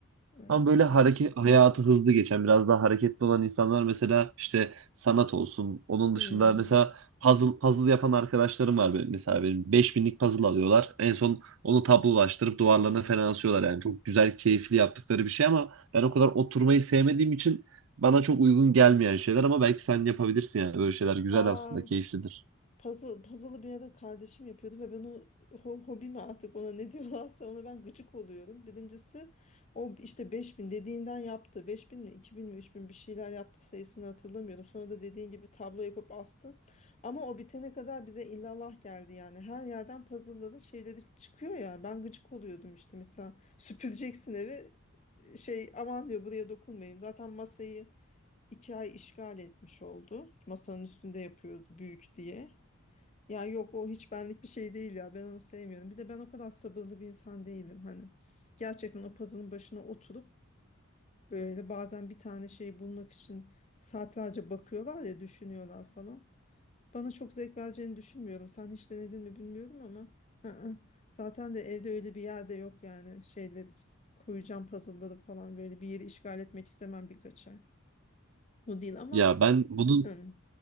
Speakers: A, on the left; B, on the right.
A: Evet.
B: Ama böyle hareket hayatı hızlı geçen biraz daha hareketli olan insanlar mesela işte sanat olsun. Onun
A: Hmm.
B: dışında mesela puzzle puzzle yapan arkadaşlarım var benim. Mesela benim beş binlik puzzle alıyorlar. En son onu tablolaştırıp duvarlarına
A: Ah.
B: falan asıyorlar. Yani çok güzel, keyifli yaptıkları bir şey ama ben o kadar oturmayı sevmediğim için bana çok uygun gelmeyen şeyler ama belki sen yapabilirsin yani böyle şeyler güzel
A: Aa
B: aslında, keyiflidir.
A: Puzzle, puzzle'ı bir ara kardeşim yapıyordu ve ben o ho- hobi mi artık ona ne diyorlarsa ona ben gıcık oluyorum. Birincisi o işte 5000 dediğinden yaptı. beş bin mi 2000 mi 3000 bir şeyler yaptı sayısını hatırlamıyorum. Sonra da dediğin gibi tablo yapıp astı. Ama o bitene kadar bize illallah geldi yani. Her yerden puzzle'ların şeyleri çıkıyor ya. Ben gıcık oluyordum işte mesela süpüreceksin evi şey aman diyor buraya dokunmayın. Zaten masayı iki ay işgal etmiş oldu. Masanın üstünde yapıyordu büyük diye. Ya yok o hiç benlik bir şey değil ya. Ben onu sevmiyorum. Bir de ben o kadar sabırlı bir insan değilim hani. Gerçekten o puzzle'ın başına oturup böyle bazen bir tane şey bulmak için saatlerce bakıyorlar ya düşünüyorlar falan. Bana çok zevk vereceğini düşünmüyorum. Sen hiç denedin mi bilmiyorum ama. ı-ı. Zaten de evde öyle bir yerde yok yani. Şeyle koyacağım puzzle'ları falan böyle bir yeri işgal etmek istemem birkaç ay. O değil ama.
B: Ya ben bunun
A: Hı.